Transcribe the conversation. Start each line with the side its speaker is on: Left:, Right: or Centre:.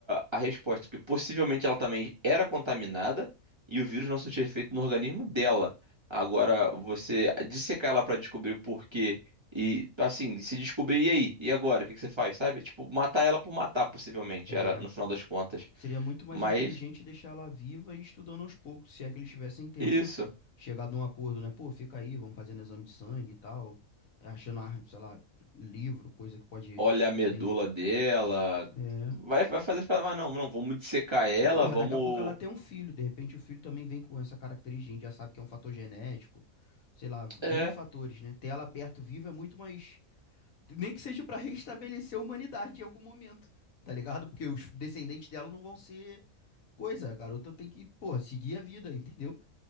Right: a resposta, porque possivelmente ela também era contaminada e o vírus não surtia efeito no organismo dela. Agora, você dissecar ela pra descobrir o porquê e assim, se descobrir, e aí? E agora? O que que você faz, sabe? Tipo, matar ela por matar, possivelmente,
Left: É,
Right: era no final das contas.
Left: seria muito mais
Right: Mas
Left: inteligente deixar ela viva e estudando aos poucos, se é que eles tivessem tempo.
Right: isso.
Left: Chegar num acordo, né? Pô, fica aí, vamos fazendo exame de sangue e tal. É, Achando, ah, sei lá, livro, coisa que pode
Right: olha a medula
Left: ter. né?
Right: dela.
Left: É.
Right: Vai, vai fazer para mas não, não, vamos dissecar ela,
Left: Ô, porra,
Right: vamos.
Left: daqui a pouco ela tem um filho, de repente o filho também vem com essa característica, a gente já sabe que é um fator genético, sei lá,
Right: É.
Left: N fatores, né? Ter ela perto viva é muito mais. Nem que seja pra restabelecer a humanidade em algum momento, tá ligado? Porque os descendentes dela não vão ser coisa, a garota tem que, porra, seguir a vida, entendeu?